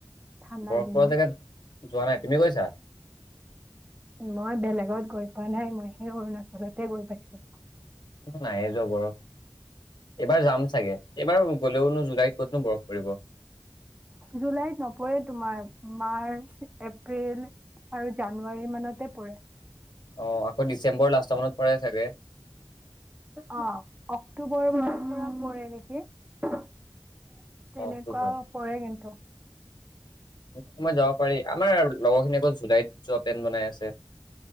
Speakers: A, on the right; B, on the left.
A: ঠাণ্ডাৰ
B: বৰফ
A: দিনত
B: পৰা জেগাত যোৱা নাই তুমি গৈছা?
A: মই বেলেগত গৈ পোৱা নাই মই সেই অৰুণাচলতে গৈ পাইছো
B: নাইয়ে যোৱা বৰ এইবাৰ যাম চাগে এইবাৰ গ'লেওনো জুলাইত ক'তনো বৰফ পৰিব
A: জুলাইত নপৰে তোমাৰ মাৰ্চ এপ্ৰিল আৰু জানুৱাৰী মানতে পৰে
B: অ আকৌ ডিচেম্বৰ লাষ্টৰ মানত পৰে চাগে
A: অ অক্টোবৰ মাহৰ পৰা পৰে নেকি তেনেকুৱা
B: অ অক্টোবৰ
A: পৰে কিন্তু
B: সময় যাব পাৰি আমাৰ লগৰখিনি আকৌ জুলাইত যোৱা প্লেণ বনাই আছে